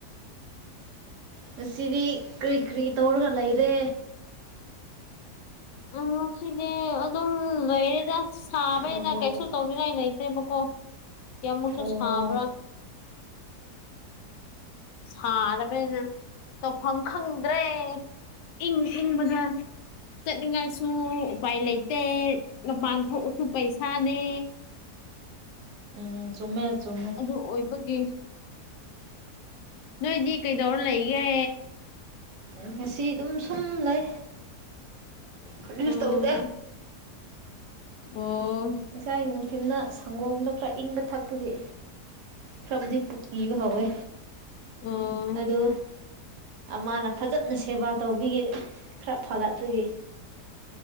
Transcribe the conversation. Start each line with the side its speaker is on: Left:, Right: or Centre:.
Right: ꯉꯁꯤꯗꯤ ꯀꯥꯔꯤ ꯀꯥꯔꯤ ꯇꯧꯔꯒ ꯂꯩꯔꯦ
Left: ꯎꯝ ꯁꯤꯗꯤ ꯑꯗꯨꯝ ꯂꯩꯔꯦꯗ ꯁꯥꯕꯅꯤꯅ
Right: ꯑꯣ
Left: ꯀꯩꯁꯨ ꯇꯧꯅꯤꯡꯉꯥꯏ ꯂꯩꯇꯦꯕꯀꯣ ꯑꯃꯨꯛꯁꯨ
Right: ꯑꯣ
Left: ꯁꯥꯕ꯭ꯔꯥ ꯑ ꯁꯥꯔꯕꯅꯤꯅ ꯇꯧꯐꯝ ꯈꯪꯗ꯭ꯔꯦ ꯏꯪ ꯏꯪꯕꯗ ꯆꯠꯅꯤꯡꯉꯥꯏꯁꯨ ꯎꯄꯥꯏ ꯂꯩꯇꯦ ꯃꯄꯥꯟ ꯊꯣꯛꯑꯁꯨ ꯄꯩꯁꯥꯅꯦ
Right: ꯎꯝ ꯆꯨꯝꯃꯦ ꯆꯨꯝꯃꯦ
Left: ꯑꯗꯨ ꯑꯣꯏꯕꯒꯤ ꯅꯣꯏꯗꯤ ꯀꯩꯗꯧꯔ ꯂꯩꯒꯦ
Right: ꯎ ꯉꯁꯤ ꯑꯗꯨꯝ ꯁꯨꯝ ꯂꯩ ꯀꯔꯤꯁꯨ
Left: ꯎꯝ
Right: ꯇꯧꯗꯦ
Left: ꯑꯣ
Right: ꯉꯥꯁꯥꯏ ꯅꯨꯡꯊꯤꯜꯅ ꯁꯪꯒꯣꯝꯗꯣ ꯈꯔ ꯏꯪꯕ ꯊꯛꯄꯒꯤ ꯈꯔꯕꯨꯗꯤ ꯄꯤꯕ ꯍꯧꯎꯋꯦ
Left: ꯑꯣ
Right: ꯑꯗꯣ ꯃꯥꯅ ꯐꯖꯅ ꯁꯦꯕꯥ ꯇꯧꯕꯤꯒꯦ ꯈꯔ ꯐꯒꯠꯄꯒꯤ